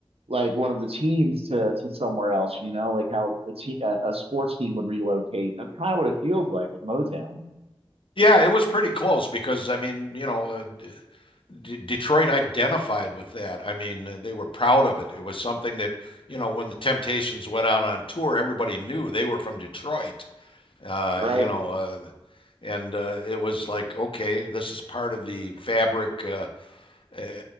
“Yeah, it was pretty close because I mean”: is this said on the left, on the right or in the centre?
Left